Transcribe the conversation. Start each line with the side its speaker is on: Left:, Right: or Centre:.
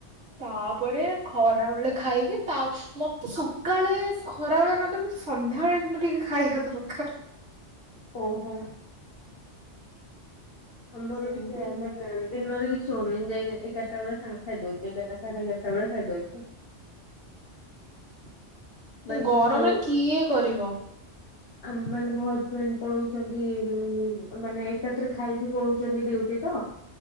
Right: ତାପରେ
Left: ଏ
Right: ଖରା ବେଳେ ଖାଇକି ତାଫ୍ ମତେ ସକାଳେ ଖରା ବେଳେ ନ ହେଲେ ବି ମତେ ସନ୍ଧ୍ୟା ବେଳେ କିନ୍ତୁ ଟିକେ ଖାଇବା ଦରକାର।
Left: ଓ ହଁ। ଆମର
Right: ଏମିତି
Left: ବି ସେଇୟା ମାନେ ଦିନରେ କି ଛି ହୋଉନି। ଯାଇ ଏଗାରଟାବେଳେ ସା ଖାଇଦୋଉଛି ଏଗାରଟା ସାଢେ ଏଗାରଟାବେଳେ ଖାଇଦୋଉଛି।
Right: <inaudible>
Left: ମାନେ
Right: ଗରମରେ
Left: ସକାଳୁ
Right: କିଏ କରିବ।
Left: ଆ ମାନେ ମୋ ହଜବେଣ୍ଡ ପଳଉଛନ୍ତି ମାନେ ଏକାଥରେ ଖାଇକି ପଳଉଛନ୍ତି ଡ଼ିଉଟି ତ